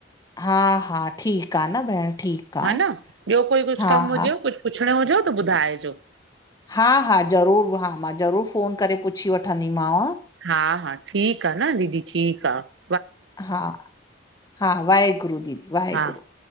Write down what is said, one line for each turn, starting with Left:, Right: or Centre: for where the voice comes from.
Left: हा-हा ठीकु आ न भेण ठीकु आहे
Right: हे न ॿियो कोई कुछु
Left: हा
Right: कमु
Left: हा
Right: हुजे कुछु पुछिणो हुजेव त ॿुधाइजो।
Left: हा-हा, ज़रूरु। हा, मां ज़रूरु फ़ोन करे पुछी वठंदी मांव।
Right: हा-हा, ठीकु आ न दीदी ठीकु आ।
Left: हा-हा वाहेगुरु दीदी वाहेगुरु।
Right: हा